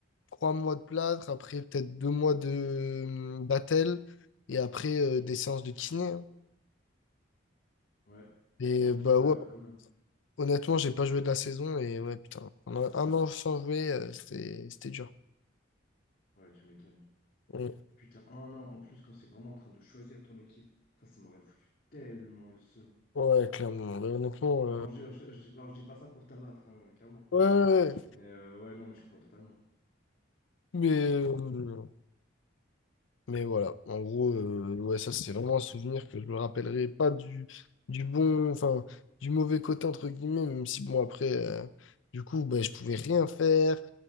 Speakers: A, on the left (about 75°); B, on the left (about 50°).
A: trois mois de plâtre, après peut-être deux mois de euh, battel, et après euh, des séances de kiné. hein.
B: Ouais,
A: Et bah
B: ouais,
A: ouais,
B: alors quand même.
A: honnêtement, j'ai pas joué de la saison, et ouais, putain, pendant un an sans jouer, euh, c'était c'était dur.
B: Ouais, tu m'étonnes.
A: Ouais,
B: Putain, un an en plus quand c'est vraiment en train de choisir ton équipe, ça, ça m'aurait foutu tellement le seum.
A: ouais, clairement. Ouais, honnêtement, euh,
B: Alors je, je- je- alors, je dis pas ça pour t'abattre, hein, clairement.
A: ouais, ouais, ouais.
B: Mais euh, ouais, non, mais je comprends totalement.
A: mais, euh, Mais voilà, en gros, euh, ouais, ça c'est vraiment un souvenir que je me rappellerai pas du, du bon, enfin, du mauvais côté entre guillemets, même si bon, après, euh, du coup, ben, je pouvais rien faire.